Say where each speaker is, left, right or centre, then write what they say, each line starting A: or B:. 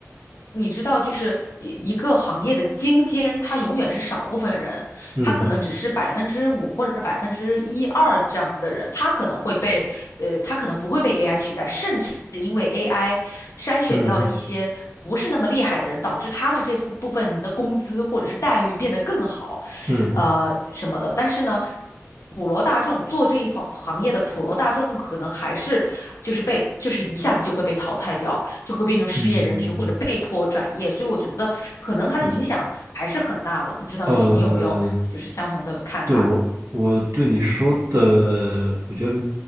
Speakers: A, on the left (about 70°); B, on the right (about 85°).
A: 你知道，就是一一个行业的精尖，它永远是少部分人。
B: 嗯
A: 他可能只是百分之五或者是百分之一二这样子的人，他可能会被呃，他可能不会被 AI 取代，甚至是因为 AI 筛选掉了一些不是那么厉害的人，
B: 嗯
A: 导致他们这部部分的工资或者是待遇变得更好，
B: 嗯
A: 呃什么的。但是呢。普罗大众做这一行行业的普罗大众，可能还是就是被就是一下子就会被淘汰掉，就会变成失业人群或者被迫转业，
B: 嗯，嗯
A: 所以我觉得可能它的影响还是很大的。
B: 对，
A: 不知道你你有没有就是相同的看法？
B: 呃。我我对你说的，我觉得